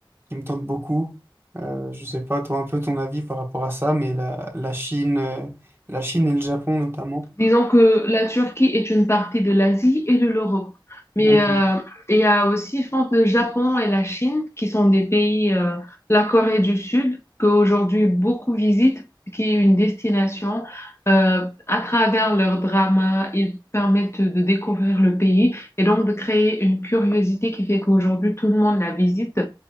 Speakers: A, on the right (about 30°); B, on the left (about 30°).
A: qui me tente beaucoup. Euh, je sais pas, toi, un peu ton avis par rapport à ça, mais la, la Chine, euh, la Chine et le Japon notamment.
B: Disons que la Turquie est une partie de l'Asie et de l'Europe. Mais
A: Donc,
B: euh,
A: mm,
B: il y a aussi, je pense, le Japon et la Chine qui sont des pays, euh, la Corée du Sud, qu'aujourd'hui beaucoup visitent, qui est une destination. Euh, à travers leurs dramas, ils permettent de découvrir le pays et donc de créer une curiosité qui fait qu'aujourd'hui tout le monde la visite